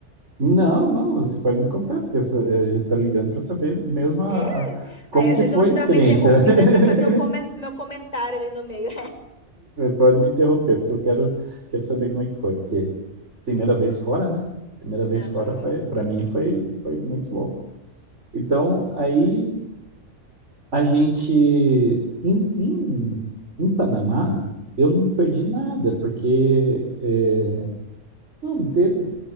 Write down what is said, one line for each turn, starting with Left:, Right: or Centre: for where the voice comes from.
Right: Não, não, você pode me contar, porque essa- eh, a gente tá ligando para saber mesmo a,
Left: É?
Right: a- como
Left: Aí às
Right: que
Left: vezes
Right: foi
Left: eu vou te
Right: a experiência.
Left: dar uma interrompida
Right: <laughs>
Left: para fazer um comen- meu comentário ali no meio.
Right: Pode me interromper, porque eu quero, quero saber como é que foi, porque primeira vez fora, né? Primeira vez
Left: Aham.
Right: fora foi, para mim foi, foi muito louco. Então, aí a gente em, em, em Panamá, eu não perdi nada, porque é, não, não teve.